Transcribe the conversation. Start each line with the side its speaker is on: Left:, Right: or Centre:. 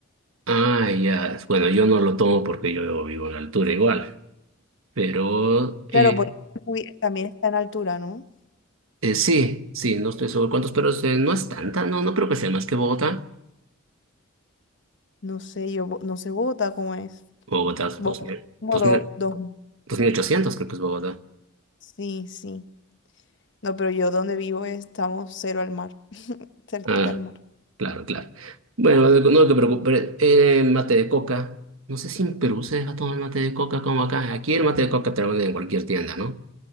Right: ah, ya. Bueno, yo no lo tomo porque yo vivo en la altura igual. Pero eh,
Left: Claro, porque es muy- también está en altura, ¿no?
Right: Eh, sí, sí, no estoy seguro cuántos, pero es, eh, no es tanta, no, no creo que sea más que Bogotá.
Left: No sé, yo Bo- no sé Bogotá cómo es.
Right: Bogotá es
Left: Bogotá
Right: dos mil
Left: es como
Right: dos
Left: dos,
Right: mil,
Left: dos.
Right: dos mil ochocientos, creo que es Bogotá.
Left: Sí, sí. No, pero yo donde vivo estamos cero al mar, <laughs> cerquita
Right: Ah,
Left: al mar.
Right: claro, claro. Bueno, de- no te preocupes. Eh, mate de coca. No sé si en Perú se deja tomar mate de coca como acá. Aquí el mate de coca te lo venden en cualquier tienda, ¿no?